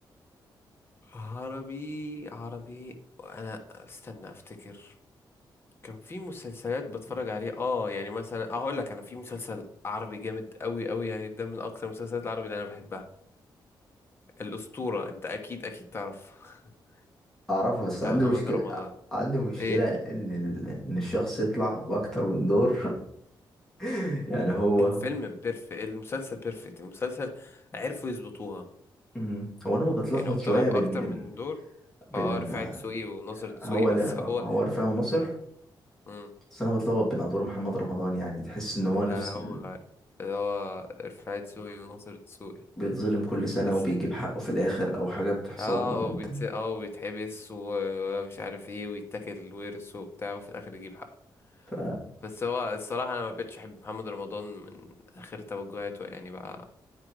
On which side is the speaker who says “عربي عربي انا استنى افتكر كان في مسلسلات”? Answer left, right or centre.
Left